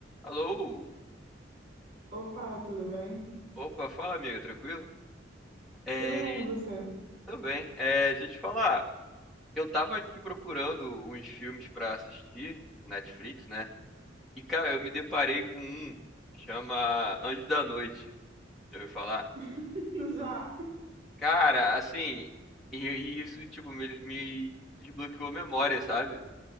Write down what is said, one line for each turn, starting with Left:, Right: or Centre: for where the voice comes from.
Centre: Alô?
Right: Opa, tudo bem?
Centre: Opa, fala amiga, tranquilo? É,
Right: Tudo bem, e você?
Centre: tudo bem. É, deixa eu te falar, eu tava aqui procurando uns filmes pra assistir no Netflix, né? E cara, eu me deparei com um, chama Anjo da Noite, deixa eu falar.
Right: <laughs> Já,
Centre: Cara, assim, e, e isso tipo me, me desbloqueou a memória, sabe?